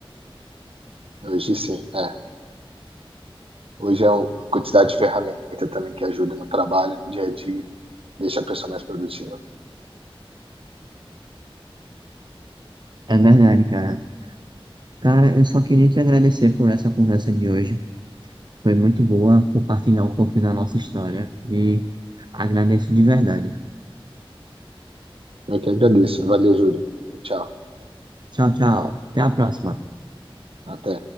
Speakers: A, on the right (about 75°); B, on the right (about 50°).
A: Hoje sim, é. Hoje é o- a quantidade de ferramenta também que ajuda no trabalho, no dia a dia, deixa a pessoa mais produtiva.
B: É verdade, cara. Cara, eu só queria te agradecer por essa conversa de hoje. Foi muito boa compartilhar um pouquinho da nossa história e agradeço de verdade.
A: Eu que agradeço. Valeu, Júlio. Tchau.
B: Tchau, tchau. Até a próxima.
A: Até.